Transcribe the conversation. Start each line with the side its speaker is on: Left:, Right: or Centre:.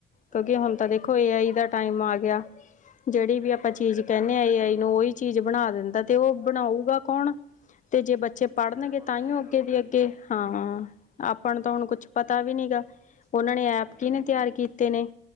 Right: ਹਾਂਜੀ
Left: ਕਿਉਂਕਿ ਹੁਣ
Right: ਹਾਂਜੀ
Left: ਤਾਂ ਦੇਖੋ ਏ ਆਈ ਦਾ ਟਾਈਮ ਆ ਗਆ ਜੇੜੀ
Right: ਬਿਲਕੁਲ
Left: ਵੀ ਆਪਾਂ ਚੀਜ਼
Right: ਬਿਲਕੁਲ
Left: ਕਹਿੰਨੇ ਆ ਏ ਆਈ ਨੂੰ ਉਹੀ ਚੀਜ਼ ਬਣਾ ਦਿੰਦਾ ਤੇ ਉਹ ਬਣਾਉਗਾ ਕੌਣ ਤੇ ਜੇ ਬੱਚੇ ਪੜਨਗੇ
Right: ਜਿਹੜਾ ਪੜ੍ਹਿਆ
Left: ਤਾਂਹੀਓ
Right: ਲਿਖਿਆ
Left: ਅੱਗੇ
Right: ਹੋਊ
Left: ਦੀ
Right: ਉਹੀ
Left: ਅੱਗੇ,
Right: ਬਣਾਊਗਾ
Left: ਹਾਂ ਆਪਾਂ
Right: ਹਾਂਜੀ
Left: ਨੂੰ ਤਾਂ
Right: ਹ
Left: ਹੁਣ ਕੁਛ ਪਤਾ ਵੀ ਨੀ ਗਾ। ਉਹਨਾਂ
Right: ਹਾਂਜੀ
Left: ਨੇ
Right: ਹਾਂਜੀ
Left: ਐਪ ਕੀਹਨੇ ਤਿਆਰ ਕੀਤੇ ਨੇ,